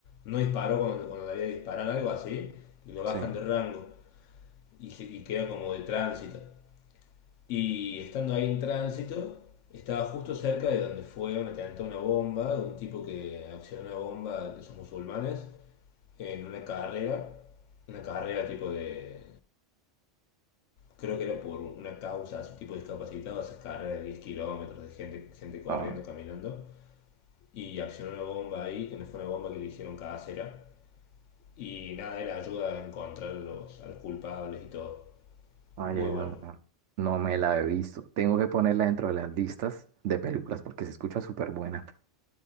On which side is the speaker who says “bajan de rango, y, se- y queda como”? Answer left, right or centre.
Left